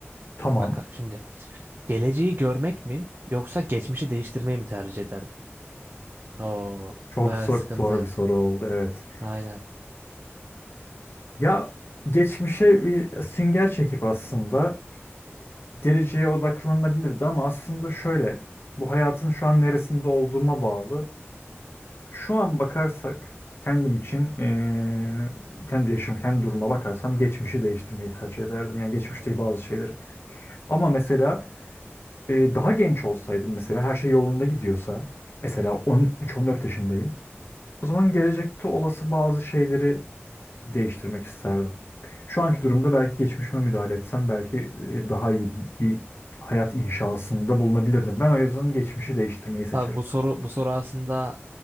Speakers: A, on the left; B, on the right.
A: Tamam.
B: Bak şimdi geleceği görmek mi yoksa geçmişi değiştirmeyi mi tercih ederdin? Oo,
A: Çok
B: bayağı
A: zor,
B: sıkıntı.
A: zor bir soru oldu. Evet.
B: Aynen.
A: Ya geçmişe bir sünger çekip aslında geleceğe odaklanabilirdi ama aslında şöyle bu hayatın şu an neresinde olduğuma bağlı. Şu an bakarsak kendim için eee, kendi yaşım kendi duruma bakarsam geçmişi değiştirmeyi tercih ederdim. Yani geçmişte
B: Hmm.
A: bazı şeyleri. Ama mesela eee, daha genç olsaydım mesela her şey yolunda gidiyorsa mesela 13-14 yaşındayım. O zaman gelecekte olası bazı şeyleri değiştirmek isterdim. Şu anki durumda belki geçmişime müdahale etsem belki e, daha iyi bir hayat inşasında bulunabilirdim. Ben o yüzden geçmişi değiştirmeyi seçerim.
B: Abi bu soru bu soru aslında